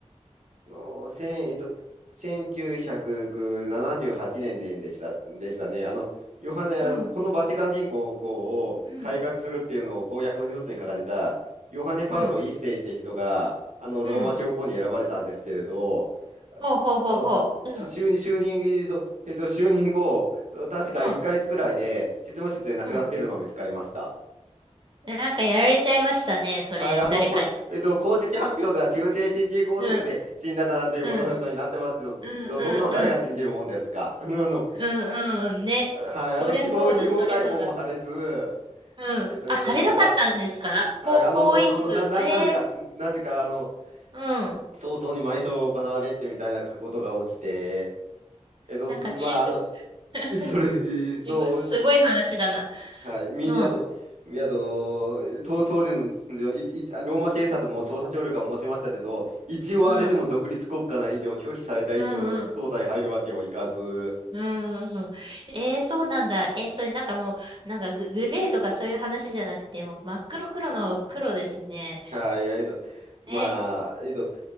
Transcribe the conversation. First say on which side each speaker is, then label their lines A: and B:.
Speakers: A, on the right; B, on the right.
A: あの、千、えっと、1978年でした、でしたね。あの、ヨハネ、あの、
B: うん、
A: このバチカン人口を改革するっていうのを公約の一つに掲げた、
B: うん、
A: ヨハネ・パウロ一世って人が、
B: うん、
A: あの、ローマ教皇に選ばれたんですけれど、
B: うん。ほうほうほうほう。
A: あの、そ就任、
B: うん、
A: 就任、えっと、えっと就任後、確か1ヶ月くらいで執務室で亡くなっているのが見つかりました。
B: うん、うん。なんかやられちゃいましたね、それ、
A: はい、あの、
B: 誰かに。
A: ほ <laughs> えっと、公式発表では急性心筋梗塞で死んだなんていうことになってますけど、
B: うん、うん。うんうんうん。
A: のそんなの誰が信じるもんですか。<laughs> あの、
B: うんうんね。
A: はい、
B: そりゃそうだ、
A: あの、司法、司法解剖もされず、
B: そりゃそうだ。うん。
A: えっと、
B: あ、されなかったんですかほ、
A: ずはい、
B: 法医学。
A: あの、ど、ど、ど、な、な、
B: ええ
A: なぜか、なぜか、あの、
B: うん。
A: 早々に埋葬が行われてみたいなことが起きて、えっと、
B: なんか中国、
A: す、まあ、あの、
B: <laughs>
A: それの、
B: すごい、すごい話だな。
A: はい。みんな、
B: うん。
A: あと、あと、当当時のいいローマ警察も捜査協力は申しましたけど、一応あれでも独立国家な以上、
B: うん。
A: 拒否された以上、
B: うんうん。
A: 捜査に入るわけにはいかず、
B: うんうんうん。えー、そうなんだ。えーそれなんかもう、なんかグ、グレーとかそういう話じゃなくて、もう真っ黒黒の黒ですね。
A: はい、えっと、まあ、
B: ね。
A: えっと、